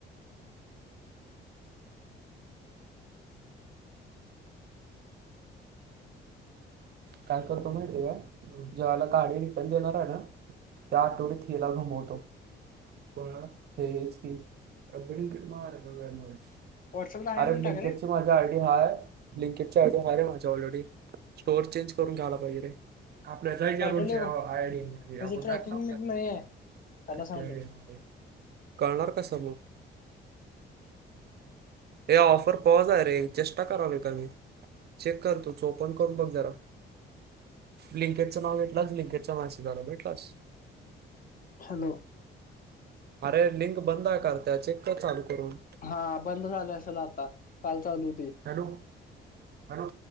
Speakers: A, on the right; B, on the left.
A: काय करतो माहिती आहे का ज्या वेळेला गाडी रिटर्न देणार आहे ना. त्या आठवड्यात हिला घुमवतो. पण हेच की अगडकडे मार आहे बमुळे
B: व्हॉट्सअपला आहे
A: अरे
B: म्हणून
A: लिंकेजची
B: टाकले
A: माझ आयडी हाय लिंकेज आयडी हा रे माझी ऑलरेडी स्टोअर चेंज करून घ्यायला पाहिजे रे आपल्या जायच्या
B: पाठवले
A: रोज आयडी
B: बघ
A: म्हणे
B: त्याची
A: आपण
B: ट्रॅकिंग
A: जात ना
B: लिंक नाही आहे त्याला
A: किती
B: सांगतो
A: आयडी आहे कळणार कसं मग हे ऑफर पॉज आहे रे चेष्टा करावी का मी चेक कर तूच चोपन करून बघ जरा बिल्नकिटचं नाव घेतलास बिल्नकिटचा मॅसेज आला बघीतलास.
B: हॅलो
A: अरे लिंक बंद आहे करत्या चे चेक कर चालू करून.
B: हा बंद झालं असेल आता काल चालू होती.
A: Hello hello